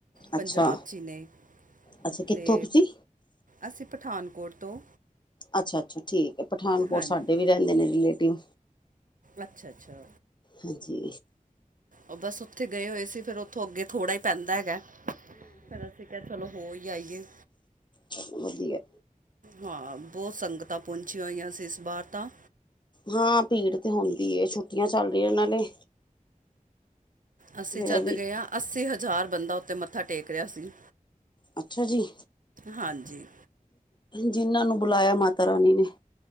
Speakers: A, on the left (about 30°); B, on the right (about 65°).
A: ਅੱਛਾ
B: ਪੰਜਾਬ ਚੀ ਨੇ।
A: ਅੱਛਾ ਕਿੱਥੋਂ
B: ਤੇ
A: ਤੁਸੀਂ
B: ਅਸੀਂ ਪਠਾਨਕੋਟ ਤੋਂ।
A: ਅੱਛਾ-ਅੱਛਾ ਠੀਕ ਐ, ਪਠਾਨਕੋਟ
B: ਹਾਂਜੀ
A: ਸਾਡੇ ਵੀ ਰੈਂਦੇ ਨੇ ਰਿਲੇਟਿਵ।
B: ਅੱਛਾ-ਅੱਛਾ।
A: ਹਾਂਜੀ।
B: ਓ ਬਸ ਓਥੇ ਗਏ ਹੋਏ ਸੀ, ਫਿਰ ਓਥੋਂ ਅੱਗੇ ਥੋੜਾ ਈ ਪੈਂਦਾ ਹੈਗਾ। ਫੇਰ ਅਸੀਂ ਕਿਆ ਚਲੋ ਹੋ ਈ ਆਈਏ।
A: ਚਲੋ ਵਦੀਆ।
B: ਹਾਂ, ਬਹੁ ਸੰਗਤਾਂ ਪੌਂਚੀਆਂ ਹੋਈਆਂ ਸੀ ਇਸ ਬਾਰ ਤਾਂ।
A: ਹਾਂ, ਭੀੜ ਤੇ ਹੁੰਦੀ ਏ ਛੁੱਟੀਆਂ ਚੱਲ ਰਈਆਂ ਨਾਲੇ।
B: ਅਸੀਂ
A: ਫਿਰ
B: ਜਦ
A: ਇਹ ਵੀ
B: ਗਏ ਆਂ ਅੱਸੀ ਹਜ਼ਾਰ ਬੰਦਾ ਓਤੇ ਮੱਥਾ ਟੇਕ ਰਿਆ ਸੀ।
A: ਅੱਛਾ ਜੀ,
B: ਹਾਂਜੀ
A: ਜਿਨਾਂ ਨੂੰ ਬੁਲਾਏਆ ਮਾਤਾ ਰਾਣੀ ਨੇ।